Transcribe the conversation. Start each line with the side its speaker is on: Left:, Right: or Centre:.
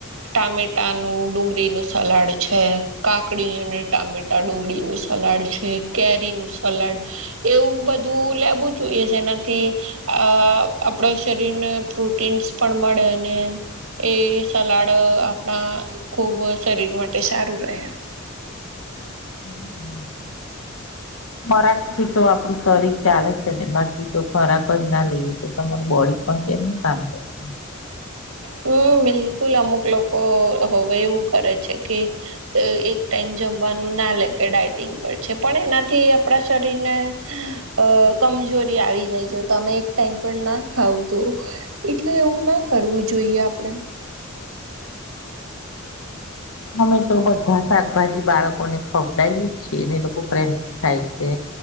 Right: ટામેટા નું ડુંગળી નું સલાડ છે કાકડી ટામેટા- ડુંગળીનું સલાડ છે, કેરીનું સલાડ એવું બધું લેવું જોઈ કે જેનાથી આ આપણા શરીરને પ્રોટીન્સ પણ મળે અને એ સલાડ આપણા ખૂબ શરીર માટે સારું રહે.
Left: હમ હમ ખોરાકથી તો આપડું શરીર ચાલે છે ને બાકી તો ખોરાક જ ના લઈએ તો તમાર બોડી પણ કેમનું કામ કરશે?
Right: હમ બિલકુલ અમુક લોકો હવે એવું કરે છે કે અ એક ટાઈમ જમવાનું ના લે કે ડાયટિંગ પર છે પણ એનાથી આપણા શરીરને અ કમ કમજોરી આવી જાય જો તમે એક ટાઈમ પણ ના ખાવ તો એટલે એવું ના કરવું. જોઈએ આપણે
Left: અમે તો બધા શાકભાજી બાળકોને ખવડાયે જ છીએ ને લોકો પ્રેમ ખાય છે.